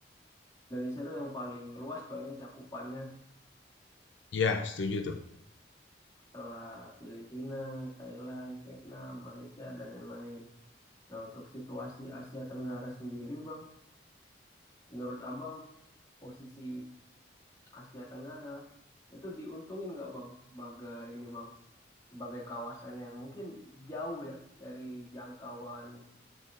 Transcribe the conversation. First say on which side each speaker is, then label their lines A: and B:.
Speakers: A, on the left; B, on the left.
A: Indonesia itu yang paling luas Bang ya cakupannya
B: Iya, setuju tuh.
A: setelah Filipina, Thailand, Vietnam, Malaysia, dan lain-lain. Nah, untuk situasi Asia Tenggara sendiri Bang, Menurut Abang posisi Asia Tenggara itu diuntungin nggak Bang sebagai ini Bang sebagai kawasan yang mungkin jauh ya dari jangkauan